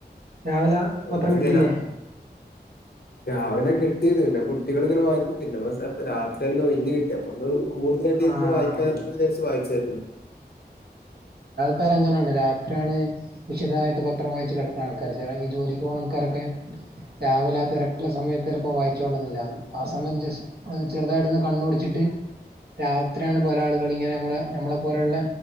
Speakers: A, on the right (about 65°); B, on the left (about 65°).
A: രാവിലെ
B: ഒന്നു
A: പത്രം കിട്ടിയില്ലേ
B: ജര രാവിലെ കിട്ടിയത്ണ്ട് അ കൊ കുട്ടികളിങ്ങനെ വായിക്കും പിന്നെപ്പൊ സ രാത്രിതിങ്ങനെ ഒഴിഞ്ഞ് കിട്ടിപ്പൊ ഒന്ന് കൂടുതലായിട്ട്
A: ആഹ്
B: ഇര്ന്ന് വായിക്കാ ന്ന് വിചാരിച്ച് വായിച്ചാര്ന്ന്
A: ക്കാറും അങ്ങനന്നെ രാത്രി ആണ് വിശദായിട്ട് പത്രം വായിച്ച് കിടക്കണെ ആൾക്കാര് ചെല ഈ ജോലിക്ക് പോണ ആൾക്കാരൊക്കെ രാവിലെ ആ തെരക്ക്ള്ള സമയ ത്തെലപ്പോ വായിച്ചോളണന്നില്ല ആ സമയത്ത് ജസ് ഏഹ് ചെറുതായിട്ടൊന്ന് കണ്ണോടിച്ചിട്ട് രാത്രിയാണ് പല ആളുകളിങ്ങനെ മ്മളെ നമ്മളെ പോലെള്ള